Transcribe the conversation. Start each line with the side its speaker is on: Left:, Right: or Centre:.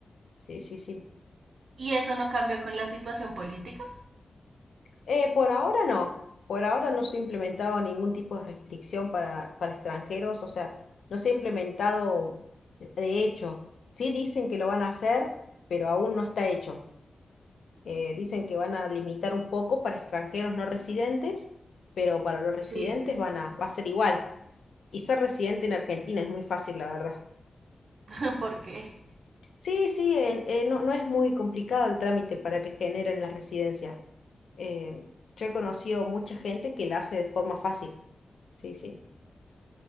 Left: Sí, sí, sí.
Right: ¿Y eso no cambió con la situación política?
Left: Eh, por ahora no, por ahora no se ha implementado ningún tipo de restricción para, para extranjeros, o sea, no se ha implementado de de hecho. Sí dicen que lo van a hacer, pero aún no está hecho. Eh, dicen que van a limitar un poco para extranjeros no residentes, pero para los residentes
Right: Sí.
Left: van a, va a ser igual. Y ser residente en Argentina es muy fácil, la verdad.
Right: <laughs> por qué
Left: Sí, sí, en- eh, no, no es muy complicado el trámite para que generen la residencia. Eh, yo he conocido mucha gente que la hace de forma fácil. Sí, sí.